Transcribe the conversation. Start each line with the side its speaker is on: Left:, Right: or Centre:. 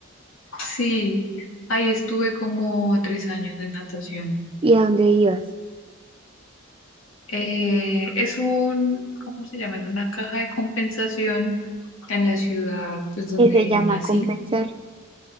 Left: Sí, ahí estuve como tres años de natación.
Right: ¿Y a dónde ibas?
Left: Eh, es un, ¿cómo se llama? Es una caja de compensación en la ciudad, pues donde
Right: Que se llama
Left: nací,
Right: compensar.